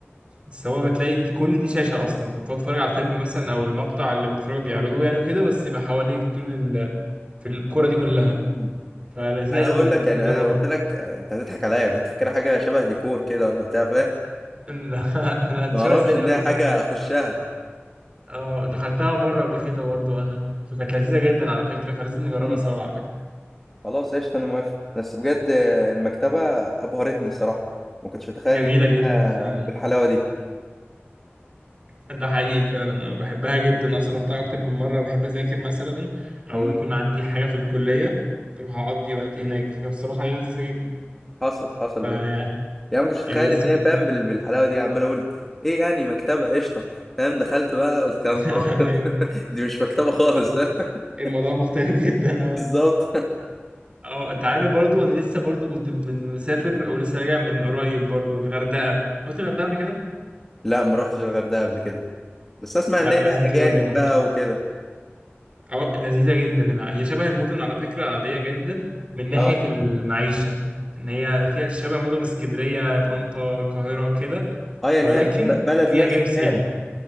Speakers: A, on the right (about 25°); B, in the centre.
A: بس هو بتلاقي دي- كل دي شاشة أصلا فبتقعد تتفرج على الفيلم مثلا أو المقطع اللي بيتفرجوا بيعرضوه يعني وكده بس يبقى حواليك طول ال... في الكورة
B: مم.
A: دي كلها فلذيذة
B: عايز
A: قوي
B: اقول لك
A: لازم
B: يعني
A: نجربها
B: انا لو قلت لك آه، انت هتضحك عليا كنت فاكرها حاجة شبه ديكور كده ولا بتاع فاهم
A: <laughs> لا لا، دي
B: ما
A: شبه
B: اعرفش
A: <laughs> السينما
B: ان هي
A: بالظبط
B: حاجه اخشها
A: اه دخلتها مرة قبل كده برضه أنا فكانت لذيذة جدا على فكرة فلازم نجربها
B: امم
A: سوا على فكرة
B: خلاص قشطه انا موافق بس بجد المكتبه ابهرتني صراحه ما كنتش اتخيل
A: جميلة
B: ان
A: جدا
B: هي
A: فعلا
B: بالحلاوه دي
A: ده حقيقي فعلا أنا بحبها جدا أصلا رحتها أكتر من مرة بحب أذاكر مثلا أو
B: امم
A: يكون عندي حاجة في الكلية أروح أقضي وقت هناك فبصراحة هي لذيذة جدا
B: حصل حصل
A: فيعني
B: بجد يعني ما كنتش اتخيل
A: يعني لسه
B: ان هي
A: كنت
B: فاهم بال- بالحلاوه دي عمال اقول ايه يعني مكتبه قشطه فاهم دخلت بقى قلت يا
A: <laughs>
B: نهار ابيض
A: أيوه
B: <laughs> دي مش مكتبه خالص
A: آه،
B: <laughs>
A: الموضوع مختلف <laughs> جدا اه
B: بالظبط
A: اه انت عارف برضو انا لسه برضو كنت من مسافر او لسه راجع من قريب برضو الغردقه رحت الغردقه قبل كده
B: لا ما رحتش الغردقه قبل كده بس اسمع
A: لا
B: ان هي
A: لازم
B: اجانب
A: تجربها
B: بقى وكده
A: اه لذيذه جدا هي شبه المدن على فكره عاديه جدا من ناحيه
B: اه
A: المعيشه ان هي فيها شبه مدن اسكندريه طنطا القاهره كده
B: اه يعني
A: ولكن
B: هي ب- بلد
A: فيها
B: ليها
A: جانب
B: سكان
A: سياحي